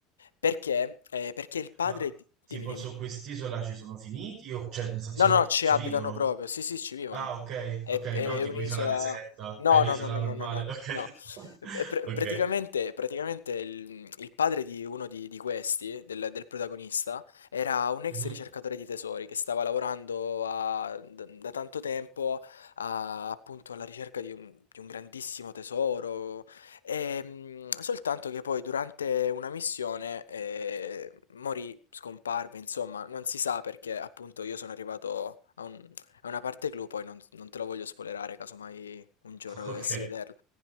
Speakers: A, on the left (about 85°); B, on the right (about 60°).
A: Perché? Eh, perché il padre...
B: ma tipo
A: Dimmi, dimmi.
B: su quest'isola ci sono finiti o cioè nel senso
A: No, no, ci
B: ci
A: abitano
B: vivono?
A: proprio. Sì, sì, ci vivono.
B: Ah, ok,
A: È,
B: ok,
A: è
B: no, tipo
A: un'isola.
B: isola deserta.
A: No,
B: È un'isola
A: no, no, no,
B: normale,
A: no, no, no.
B: ok.
A: no.
B: <laughs>
A: È pr-
B: Ok.
A: praticamente, praticamente il, il padre di uno di, di questi, del, del protagonista, era un ex
B: Mhm.
A: ricercatore di tesori che stava lavorando a- da, da tanto tempo a- appunto alla ricerca di un, di un grandissimo tesoro Ehm, soltanto che poi durante una missione eh, morì, scomparve, insomma, non si sa perché appunto io sono arrivato a, un- a una parte clou, poi non, non te lo voglio spoilerare casomai un giorno dovessi
B: Ok.
A: vederlo.